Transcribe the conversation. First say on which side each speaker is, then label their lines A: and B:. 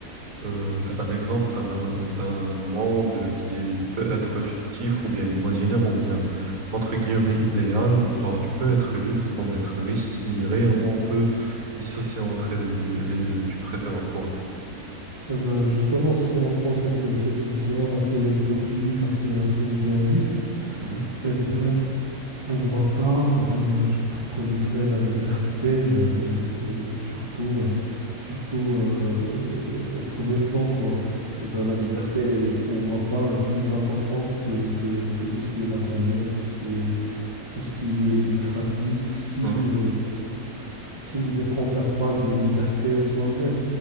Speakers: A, on the right; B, on the right.
A: euh, un exemple d'un d'un monde qui est- peut être fictif ou bien imaginaire ou bien entre guillemets idéal. Genre, tu peux être libre sans être riche si réellement on peut dissocier entre les deux. les deux. Tu préfères quoi?
B: euh, bah, justement, si on prend cette, cette vision assez utopique, assez, assez idéaliste,
A: Mhm,
B: eh ben, Pour ma part, ben, je préconiserais la liberté, euh, surtout, euh, surtout euh, au premier plan, quoi. Euh, ben, la liberté, pour ma part, est plus importante que, que, que tout ce qui est matériel, tout ce qui est, tout ce qui est lucratif, s'il
A: mhm,
B: ne, s'il ne confère pas une liberté en soi-même.